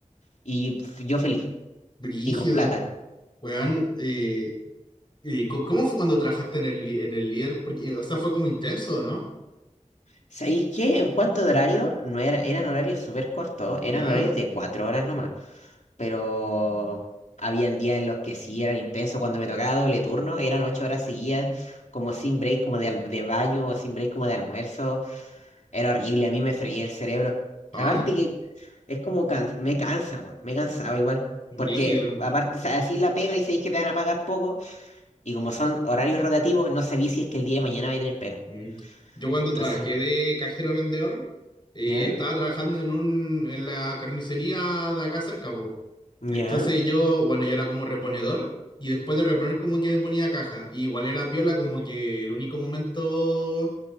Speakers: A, on the left (about 65°); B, on the left (about 40°).
A: y f- yo feliz
B: Brígido.
A: y con plata.
B: Weón. eh, ¿y co- cómo fue cuando trabajaste en el, li- en el líder? Porque, o sea, fue como intenso, ¿no?
A: ¿Sabéis qué? En cuanto de horario, no era, eran horarios súper cortos, eran
B: Ya.
A: horarios de cuatro horas nomás, pero habían días en los que sí eran intensos, cuando me tocaba doble turno, eran ocho horas seguidas, como sin break como de, al- de baño o sin break como de almuerzo, era horrible, a mí me freía el cerebro.
B: Ay,
A: Aparte que es como can- me cansa, weón, me cansaba igual,
B: brígido.
A: porque aparte, o sea, así la pega y sabéis que te van a pagar poco Y como son horarios rotativos, no sabí si es que el día de mañana vais a tener pega.
B: Mm. Yo cuando
A: Entonces,
B: trabajé de cajero vendedor, eh,
A: ¿ya?
B: estaba trabajando en un, en la carnicería de acá cerca, pues.
A: ¿Ya?
B: Entonces yo, bueno, yo era como reponedor y después de reponer como que me ponía caja. Y igual era piola, como que el único momento